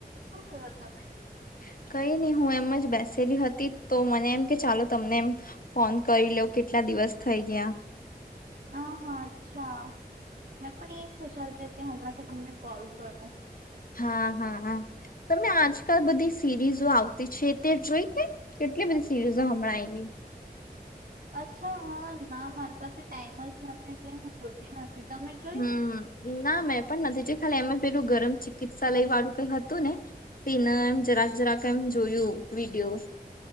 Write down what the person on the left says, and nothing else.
<unintelligible> કઈ નહી હું એમ જ બેસેલી હતી તો મને એમ કે ચાલો તમને એમ ફોન કરી લ કેટલા દિવસ થઈ ગયા
હા હાા તમે આજકાલ બધી સિરીઝો આવતી છે તે જોઈ કે કેટલી બધી સીરીઝો હમણાં આવી
હમ ના મેં પણ નથી જો ખાલી એમે પેલું ગરમ ચિકિત્સાાલય વાળું કઈ હતું ને, તેને એમ જરાક જરાક એમ જોયું. વિડીયો